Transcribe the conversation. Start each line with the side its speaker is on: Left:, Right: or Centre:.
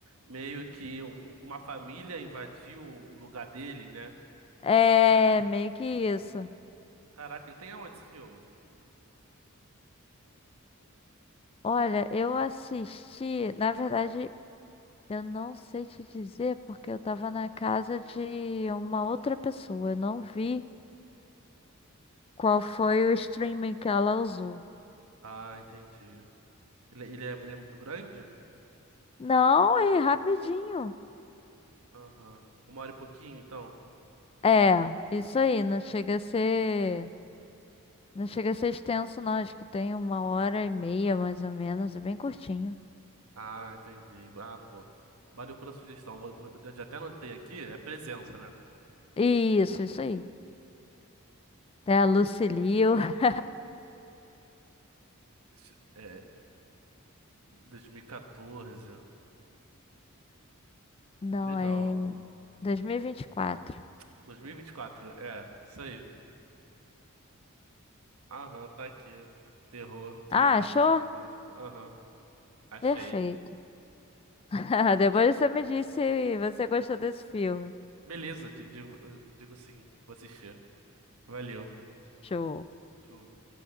Right: meio que u- uma família invadiu o lugar dele, né?
Left: É, meio que isso.
Right: Caraca, ele tem aonde esse filme?
Left: Olha, eu assisti, na verdade, eu não sei te dizer porque eu tava na casa de uma outra pessoa. Eu não vi qual foi o streaming que ela usou.
Right: Ah, entendi. Ele, ele é, ele é muito grande?
Left: Não, e rapidinho.
Right: Aham. Uma hora e pouquinho, então?
Left: É, isso aí, não chega a ser, não chega a ser extenso, não. Acho que tem uma hora e meia, mais ou menos, é bem curtinho.
Right: Ah, entendi. Ah, pô. Valeu pela sugestão. Vou- vou- já já até anotei aqui. É presença, né?
Left: Isso, isso aí. É a Lucilio, <laughs>
Right: Deixa- É, 2014.
Left: Não,
Right: Legal.
Left: é 2024.
Right: 2024, é, isso aí. Aham, tá aqui. Terror, thriller,
Left: Ah, achou?
Right: psicológico. Aham, achei.
Left: Perfeito. <laughs> Depois você me disse se você gostou desse filme.
Right: Beleza, di- digo, digo sim, vou assistir. Valeu.
Left: Show.
Right: Deixa eu